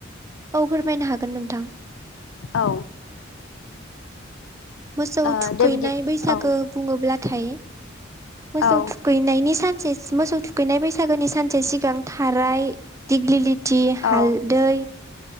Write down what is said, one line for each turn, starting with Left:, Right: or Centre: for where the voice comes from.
Right: औ फोरमायनो हागोन नोंथां।
Left: औ।
Right: मोसौ
Left: ओ
Right: थुखैनाय
Left: दे बिदि
Right: बैसागो
Left: औ
Right: बुंङोब्लाथाय मोसौ
Left: औ
Right: थुखैनायनि सानसे मोसौ थु खैनाय बैसागोनि सानसे सिगां थाराय दिग्लिलिथि हालदै
Left: औ